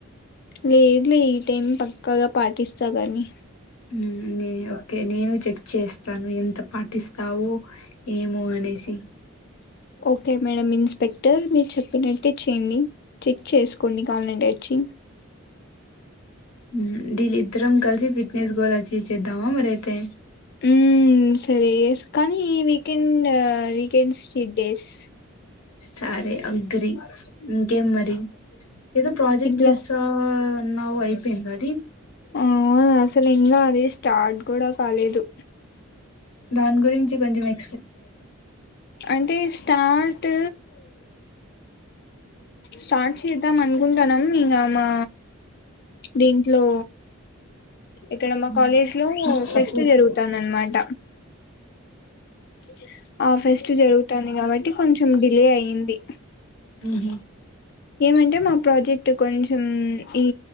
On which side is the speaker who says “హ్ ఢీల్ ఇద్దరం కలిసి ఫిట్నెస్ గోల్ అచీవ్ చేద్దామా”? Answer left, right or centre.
Left